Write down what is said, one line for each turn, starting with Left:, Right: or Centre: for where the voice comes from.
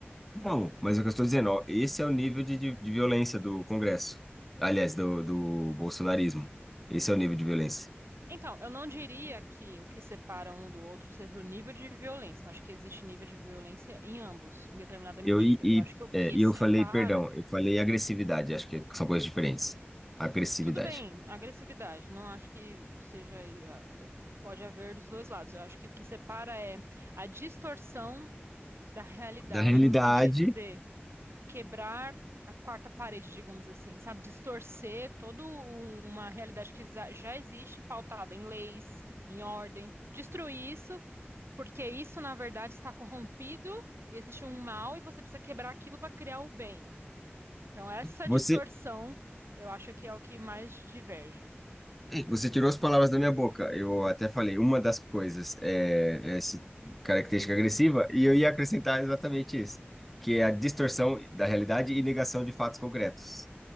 Centre: Não, mas é o que eu estou dizendo, ó, esse é o nível de, de, de violência do Congresso. Aliás, do, do bolsonarismo. Esse é o nível de violência.
Right: Então, eu não diria que o que separa um do outro seja o nível de violência. Eu acho que existe nível de violência em ambos, em determinada medida.
Centre: Eu, e, e,
Right: Eu acho que o
Centre: é,
Right: que
Centre: e
Right: separa
Centre: eu falei, perdão, eu falei agressividade, acho que são coisas diferentes. Agressividade.
Right: Tudo bem, agressividade. Não acho que seja. ah, te- Pode haver dos dois lados. Eu acho que o que separa é a distorção da realidade,
Centre: Da realidade,
Right: no sentido de quebrar a quarta parede, digamos assim, sabe? Distorcer toda uma realidade que za- já existe, pautada em leis, em ordem. Destruir isso, porque isso, na verdade, está corrompido e existe um mal e você precisa quebrar aquilo para criar o bem. Então, essa
Centre: você,
Right: distorção, eu acho que é o que mais diverge.
Centre: você tirou as palavras da minha boca. Eu até falei, uma das coisas é é essa característica agressiva, e eu ia acrescentar exatamente isso, que é a distorção da realidade e negação de fatos concretos.